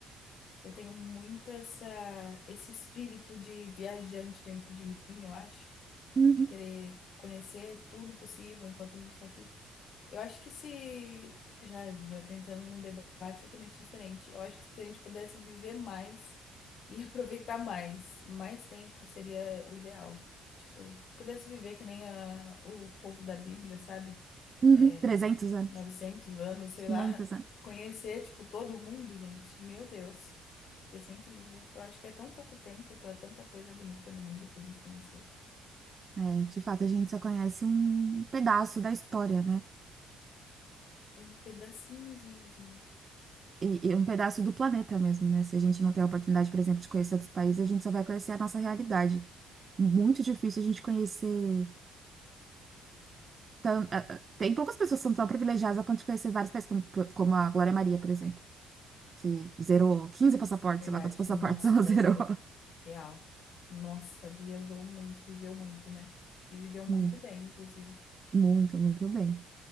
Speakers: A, on the left (about 60°); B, on the right (about 40°).
A: Eu tenho muito essa... esse espírito de viajante dentro de mim, eu acho.
B: Uhum,
A: De querer conhecer tudo possível enquanto a gente tá aqui. Eu acho que se. Já, já tô entrando em um debate totalmente diferente. Eu acho que se a gente pudesse viver mais e <laughs> aproveitar mais, mais tempo seria o ideal. Tipo, pudesse viver que nem a- o povo da Bíblia, sabe?
B: uhum.
A: É,
B: 300 anos,
A: 900 anos, sei
B: quinhentos
A: lá.
B: anos.
A: <laughs> Conhecer, tipo, todo mundo, gente. Meu Deus, ia ser incrível. Eu acho que é tão pouco tempo para tanta coisa bonita no mundo pra gente conhecer.
B: É, de fato, a gente só conhece um pedaço da história, né?
A: Um pedacinhozinhozinho.
B: E, e um pedaço do planeta mesmo, né? Se a gente não tem a oportunidade, por exemplo, de conhecer outros países, a gente só vai conhecer a nossa realidade. muito difícil a gente conhecer. Tão, a- a- tem poucas pessoas que são tão privilegiadas a ponto de conhecer vários países, como, como a Glória Maria, por exemplo, que zerou 15 passaportes,
A: Verdade.
B: sei lá quantos passaportes
A: Nossa,
B: ela
A: ela
B: <laughs> zerou.
A: zerou. Real. Nossa, viajou muito, viveu muito, né? E viveu muito
B: Hum,
A: bem, inclusive.
B: Muito, muito bem.